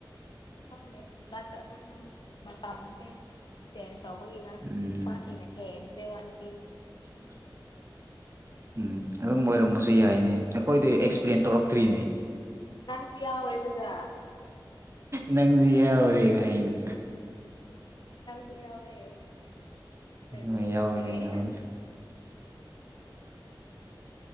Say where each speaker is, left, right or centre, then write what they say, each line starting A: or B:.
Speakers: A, on the left; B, on the right.
A: ꯈꯪꯗꯦ ꯍꯟꯗꯛꯇ ꯑꯗꯨꯝ ꯃꯇꯝꯁꯦ ꯆꯦꯟꯖ ꯇꯧꯕꯒꯤꯔꯥ
B: ꯎꯝ
A: ꯅꯨꯄꯥꯁꯤꯡꯅ ꯍꯦꯟꯈ꯭ꯔꯦꯕ ꯅꯨꯄꯤ
B: <inaudible> ꯎꯝ ꯑꯗꯨꯝ ꯑꯣꯏꯔꯝꯕꯁꯨ ꯌꯥꯏꯅꯦ ꯑꯩꯈꯣꯏꯗꯤ ꯑꯦꯛꯁꯄ꯭ꯂꯦꯟ ꯇꯧꯔꯛꯇ꯭ꯔꯤꯅꯦ
A: ꯅꯪꯁꯨ ꯌꯥꯎꯔꯦ ꯑꯗꯨꯒ
B: ꯅꯪꯖꯨ ꯌꯥꯎꯔꯦ ꯒꯥꯏꯅ
A: ꯖꯨ ꯌꯥꯎꯔꯦ ꯀꯔꯤ
B: ꯑꯣ
A: ꯑꯦꯛꯁꯄꯤꯔꯤꯌꯦꯟꯁ
B: ꯌꯥꯎꯒꯅꯦ ꯌꯥꯎꯒꯅꯦ